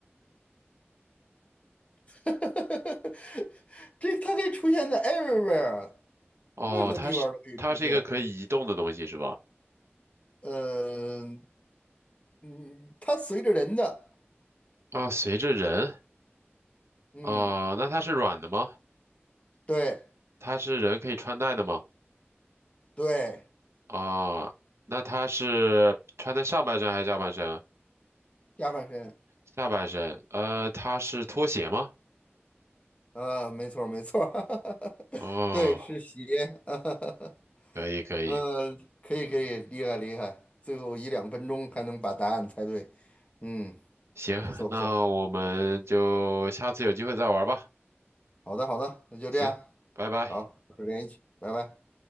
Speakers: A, on the left (about 30°); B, on the right (about 80°).
A: <laughs> 这它可以出现在 everywhere，
B: 哦，
A: 任何地方都可以出现。
B: 它是它是一个可以移动的东西是吧？
A: 嗯，嗯，它随着人的，
B: 啊，随着人。
A: 嗯，
B: 啊、那它是软的吗？
A: 对
B: 它是人可以穿戴的吗？
A: 对，
B: 啊、那它是穿在上半身还是下半身？
A: 下半身
B: 下半身。呃，它是拖鞋吗？
A: 啊，没错儿没错儿，<laughs>
B: 哦，
A: 对，是鞋，<laughs>
B: 可以可以，
A: 呃，可以可以，厉害厉害，最后一两分钟还能把答案猜对，嗯，
B: 行，<laughs>
A: 不错不错，
B: 那我们就下次有机会再玩吧。
A: 好的好的，那就这样，
B: 行，拜拜。
A: 好，保持联系，拜拜。